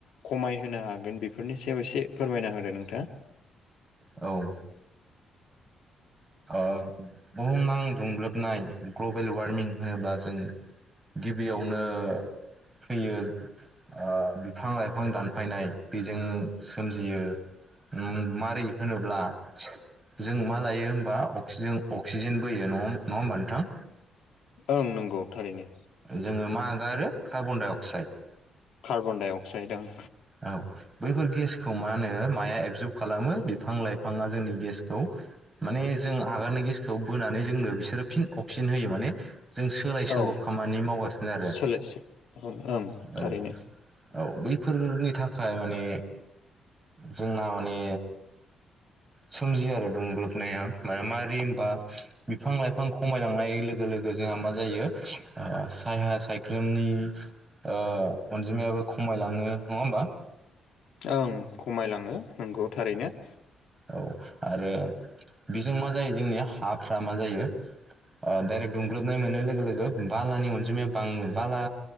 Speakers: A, on the left; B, on the right.
A: खमायहोनो हागोन बेफोरनि सायाव एसे फोरमायना होदो नोंथाङा।
B: औ। ओ बुहुमनां दुंग्लोबनाय ग्लबेल वार्मिं होनोब्ला जों गिबियावनो फैयो ओ बिफां लाइफां दानफायनाय बेजों सोमजियो उम मारै होनोब्ला जों मा लायो बा अक्सिजेन-अक्सिजेन बोयो। नङाम नङा होमबा नोंथां?
A: ओं नोंगौ थारैनो।
B: जोङो मा आगारो carbon dioxide.
A: Carbon dioxide ओं।
B: औ। बैफोर गेसखौ मा होनो माया एबजर्ब खालामो बिफां लाइफाङा जोंनि गेसखौ माने जों आगारनाय गेसखौ बोनानै जोंनो बिसोरो फिन अक्सिजेन होयो माने जों सोलाय सोल'
A: औ
B: खामानि मावगासिनो आरो
A: सोलायसो ओं ओं
B: औ।
A: थारैनो
B: औ बैफोरनि थाखाय माने जोंना माने सोमजियो आरो दुंग्लोबनाया माया मारै होमबा बिफां लाइ फां खमायलांनाय लोगो लोगो जोंहा मा जायो ओ साया सायख्लुमनि ओ अनजिमायाबो खमायलाङो नङा होमबा?
A: ओं खमायलाङो नोंगौ थारैनो।
B: औ आरो बेजों मा जायो जोंनिया हाफ्रा मा जायो ओ डाइरेक्ट दुंग्लोबनाय मोननाय लोगो लोगो बालानि अनजिमाया बाङो बाला